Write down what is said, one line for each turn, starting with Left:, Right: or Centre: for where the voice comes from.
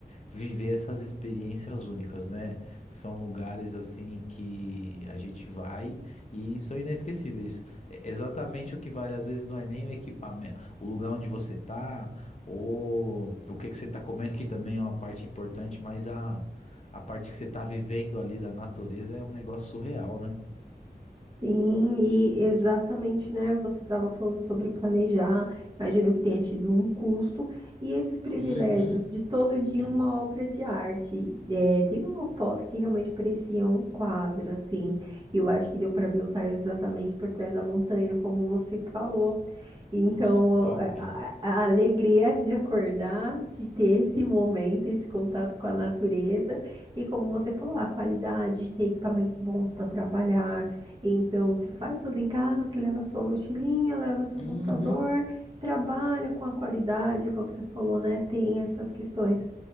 Left: viver essas experiências únicas, né? São lugares assim que a gente vai e são inesquecíveis. É Exatamente o que vale, às vezes, não é nem o equipamento, o lugar onde você tá, ou o que que você tá comendo, que também é uma parte importante, mas a a parte que você tá vivendo ali da natureza é um negócio surreal, né?
Right: Sim, e exatamente, né? Você estava falando sobre planejar, imagino que tenha tido um custo, e esses privilégios
Left: Uhum.
Right: de todo dia
Left: Uhum.
Right: uma obra de arte. É, teve uma foto que realmente parecia um quadro, assim, e eu acho que deu para ver os raios exatamente por trás da montanha, como você falou. Então,
Left: Nossa, top.
Right: é, a, a- a alegria de acordar, de ter esse momento, esse contato com a natureza, e como você falou, a qualidade de ter equipamentos bons para trabalhar então, se faz tudo em casa, se leva sua mochilinha, leva seu
Left: Uhum.
Right: computador, trabalha com a qualidade, como você falou, né? Tem essas questões